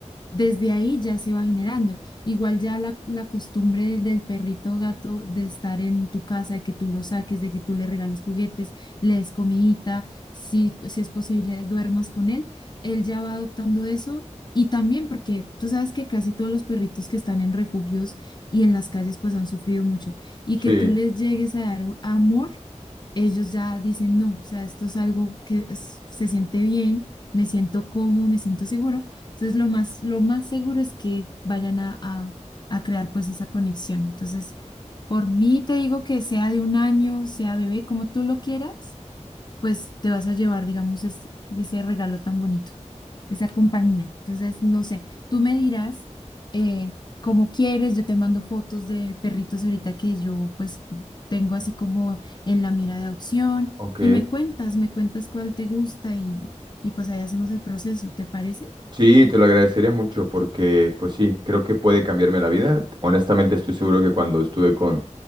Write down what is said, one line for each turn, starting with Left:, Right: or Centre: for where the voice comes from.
Left: desde ahí ya se va generando. Igual ya la, la costumbre del, del perrito o gato de estar en tu casa, de que tú lo saques, de que tú le regales juguetes, le des comidita, si, si es posible duermas con él, él ya va adoptando eso. Y también porque tú sabes que casi todos los perritos que están en refugios y en las calles pues han sufrido mucho y que
Right: Sí.
Left: tú les llegues a dar amor, ellos ya dicen no, o sea, esto es algo que es- se siente bien, me siento cómodo, me siento seguro entonces, lo más, lo más seguro es que vayan a, a- a crear pues esa conexión. Entonces, por mí te digo que sea de un año, sea bebé, como tú lo quieras, pues te vas a llevar, digamos, es- ese regalo tan bonito, esa compañía. Entonces, no sé, tú me dirás eh, cómo quieres, yo te mando fotos de perritos ahorita que yo pues tengo así como en la mira de adopción
Right: ok.
Left: y me cuentas, me cuentas cuál te gusta y, y pues ahí hacemos el proceso, ¿te parece?
Right: Sí, te lo agradecería mucho porque, pues sí, creo que puede cambiarme la vida. Honestamente, estoy seguro que cuando estuve con,